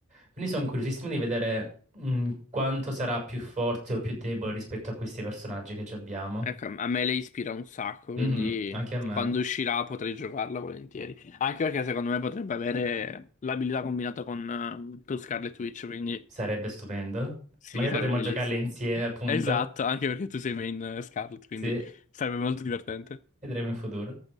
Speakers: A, on the right (about 35°); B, on the left (about 35°).
A: Quindi sono curiosissimo di vedere mh, quanto sarà più forte o più debole rispetto a questi personaggi che già abbiamo.
B: Ecco, a me lei ispira un sacco,
A: Mhm,
B: quindi
A: Anche a me
B: quando uscirà potrei giocarla volentieri. Anche perché secondo me potrebbe avere l'abilità combinata con, ehm, con Scarlet Witch, quindi
A: sarebbe stupendo.
B: sì,
A: Magari
B: sarebbe
A: potremmo
B: bellissimo.
A: giocarle insieme, appunto.
B: Esatto, anche perché tu sei main eh, Scarlet, quindi
A: Sì,
B: sarebbe molto divertente.
A: vedremo in futuro.